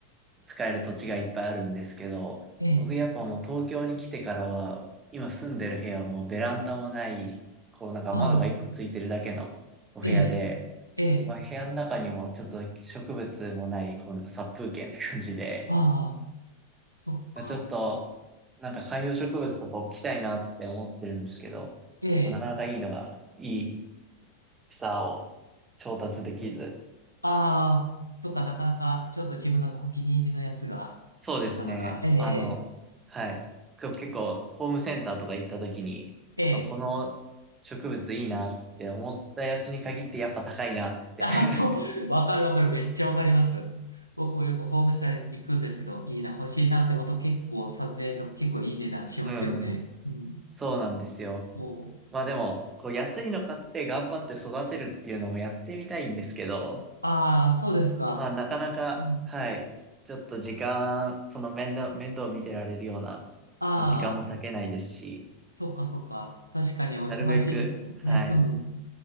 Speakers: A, on the right; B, on the right.
A: 使える土地がいっぱいあるんですけど、
B: ええ、
A: 僕やっぱもう東京に来てからは、今住んでる部屋もベランダもない、こうなんか窓が一個ついてるだけのお部屋で、
B: ああ、ええ、ええ、
A: まあ、部屋の中にもちょっと植物もない、こう殺風景って感じで、
B: ああ、そっか。
A: まあ、ちょっと、なんか観葉植物とか置きたいなって思ってるんですけど、
B: ええ
A: まあ、なかなかいいのが、いい草を調達できず、
B: ああ、そっか、なかなか、ちょっと自分のお気に入りのやつが、
A: そうですね。
B: なかなか、ええ、
A: あの、はい。こう結構、ホームセンターとか行った時に、
B: ええ、
A: あこの植物いいなって思ったやつに限ってやっぱ高いなって。
B: ええ。<laughs> あ、
A: <laughs>
B: そう、わかるわかる、めっちゃわかります。僕もよくホームセター行くんですけど、いいな、欲しいなって思うと結構撮影と結構いい値段しますよね。
A: うん。
B: うん。
A: そうなんですよ。
B: こう。
A: まあでも、こう安いの買って頑張って育てるっていうのもやってみたいんですけど、
B: ああ、そうですか。
A: まあなかなか、
B: うん。
A: はい。ちょっと時間、その面倒、面倒を見てられるような
B: ああ、
A: まあ時間も割けないですし、
B: そっかそっか。確かにお忙しいですもんね。
A: なるべく、はい。
B: うん。